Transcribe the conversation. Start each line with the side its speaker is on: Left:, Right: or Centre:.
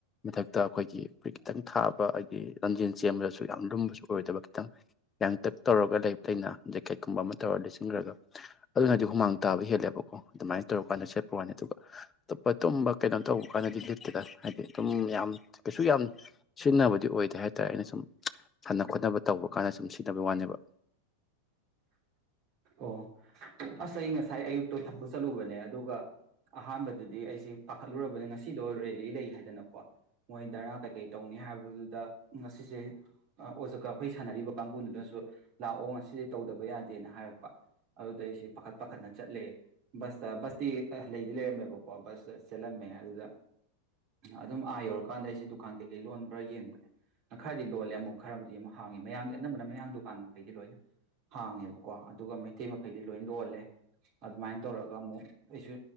Left: ꯃꯊꯛꯇ ꯑꯩꯈꯣꯏꯒꯤ ꯈꯤꯇꯪ ꯊꯥꯕ ꯍꯥꯏꯗꯤ ꯂꯝꯖꯦꯟ ꯆꯦꯟꯕꯗꯁꯨ ꯌꯥꯝ ꯂꯨꯝꯕꯁꯨ ꯑꯣꯏꯗꯕ ꯈꯤꯇꯪ ꯌꯥꯡꯇꯛ ꯇꯧꯔꯒ ꯂꯩ ꯐꯩꯅ ꯖꯦꯀꯦꯠꯀꯨꯝꯕ ꯑꯃ ꯇꯧꯔꯒ ꯂꯩꯁꯤꯟꯈ꯭ꯔꯒ ꯑꯗꯨꯅꯗꯤ ꯍꯨꯃꯥꯡ ꯇꯥꯕ ꯍꯦꯜꯂꯦꯕꯀꯣ ꯑꯗꯨꯃꯥꯏꯅ ꯇꯧꯔ ꯀꯥꯟꯗ ꯁꯦꯠꯄ ꯋꯥꯅꯤ ꯑꯗꯨꯒ ꯑꯇꯣꯞꯄ ꯇꯨꯝꯕ ꯀꯩꯅꯣ ꯇꯧꯕ ꯀꯥꯟꯗꯗꯤ ꯂꯤꯠꯇꯦꯗ ꯍꯥꯏꯗꯤ ꯑꯗꯨꯝ ꯌꯥꯝ ꯀꯩꯁꯨ ꯌꯥꯝ ꯁꯤꯖꯤꯟꯅꯕꯗꯤ ꯑꯣꯏꯗꯦ ꯍꯥꯏꯇꯥꯔꯦ ꯑꯩꯅ ꯁꯨꯝ ꯁꯥꯟꯅ ꯈꯣꯠꯅꯕ ꯇꯧꯕ ꯀꯥꯟꯗ ꯁꯨꯝ ꯁꯤꯗꯕꯩ ꯋꯥꯅꯦꯕ꯫
Right: ꯑꯣ ꯑꯁ ꯑꯩ ꯉꯁꯥꯏ ꯑꯌꯨꯛꯇꯣ ꯊꯄ ꯆꯠꯂꯨꯕꯅꯦ ꯑꯗꯨꯒ ꯑꯍꯥꯟꯕꯗꯗꯤ ꯑꯩꯖꯦ ꯄꯥꯈꯠꯂꯨꯔꯕꯅꯤ ꯉꯁꯤꯗꯣ ꯔꯦꯂꯤ ꯂꯩ ꯍꯥꯏꯗꯅꯀꯣ ꯃꯣꯏ ꯙꯔꯅꯥ ꯀꯩꯀꯩ ꯇꯧꯅꯤ ꯍꯥꯏꯕꯗꯨꯗ ꯉꯁꯤꯁꯦ ꯑꯣꯖ ꯑꯩꯈꯣꯏ ꯁꯥꯟꯅꯔꯤꯕ ꯀꯥꯡꯒꯗꯨꯅꯖꯨ ꯂꯥꯛꯑꯣ ꯉꯁꯤꯗꯤ ꯇꯧꯗꯕ ꯌꯥꯗꯦꯅ ꯍꯥꯏꯔꯛꯄ ꯑꯗꯨꯗ ꯑꯩꯁꯦ ꯄꯥꯈꯠ ꯄꯥꯈꯠꯅ ꯆꯠꯂꯦ ꯕꯁꯇ ꯕꯁꯇꯤ ꯂꯩꯗꯤ ꯂꯩꯔꯝꯃꯦꯕꯀꯣ ꯕꯁꯇ ꯆꯠꯂꯝꯃꯦ ꯑꯗꯨꯗ ꯑꯗꯨꯝ ꯑꯥ ꯌꯧꯔꯀꯥꯟꯗ ꯑꯩꯁꯦ ꯗꯨꯀꯥꯟ ꯀꯩꯀꯩ ꯂꯣꯟꯕ꯭ꯔꯥ ꯌꯦꯡꯕꯅꯦ ꯈꯔꯗꯤ ꯂꯣꯜꯂꯦ ꯑꯃꯨꯛ ꯈꯔꯕꯨꯗꯤ ꯑꯃꯨꯛ ꯍꯥꯡꯉꯦ ꯃꯌꯥꯝꯡꯒꯤ ꯑꯅꯝꯕꯅ ꯃꯌꯥꯡ ꯗꯨꯀꯥꯟ ꯃꯈꯩꯗꯤ ꯂꯣꯏꯅ ꯍꯥꯡꯉꯦꯕꯀꯣ ꯑꯗꯨꯒ ꯃꯩꯇꯩ ꯃꯈꯩꯗꯤ ꯂꯣꯏ ꯂꯣꯜꯂꯦ ꯑꯗꯨꯃꯥꯏꯅ ꯇꯧꯔꯒ ꯑꯃꯨꯛ ꯑꯩꯁꯨ